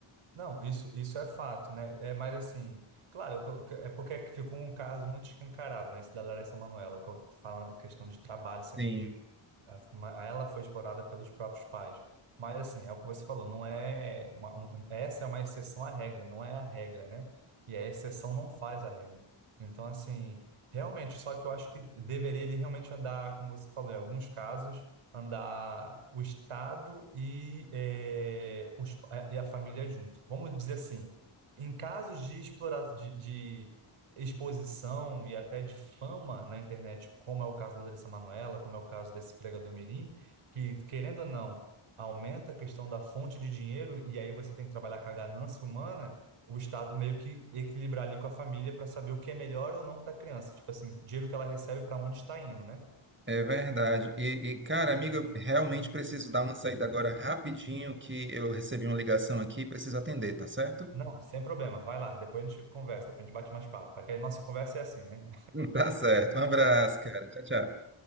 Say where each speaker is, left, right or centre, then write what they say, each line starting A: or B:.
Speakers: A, on the right; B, on the right.
A: Não, isso, isso é fato, né? É, mas assim, claro, eu- eu- é porque ficou um caso muito escancarado, né? Esse da Larissa Manoela, co- falando a questão de trabalho, assim,
B: Sim.
A: de, a- ma- ela foi explorada pelos próprios pais. Mas assim, é o que você falou, não é uma, um- essa é uma exceção à regra, não é a regra, né? E a exceção não faz a regra. Então, assim, realmente, só que eu acho que deveria ele realmente andar, como você falou, em alguns casos andar o Estado e, eh, os, pa- é, e a família junto. Vamos dizer assim, em casos de exploração, de, de exposição e até de fama na internet, como é o caso da Larissa Manoela, como é o caso desse pregador mirim, que, querendo ou não, aumenta a questão da fonte de dinheiro e aí você tem que trabalhar com a ganância humana, o Estado meio que equilibrar ali com a família para saber o que é melhor ou não para a criança. Tipo assim, dinheiro que ela recebe para onde está indo, né?
B: É verdade. E, e, cara, amigo, eu realmente preciso dar uma saída agora rapidinho, que eu recebi uma ligação aqui e preciso atender, tá certo?
A: Não, sem problema. Vai lá, depois a gente conversa, depois a gente bate mais papo. Porque a nossa conversa é assim, né?
B: <laughs> Tá certo. Um abraço, cara. Tchau, tchau.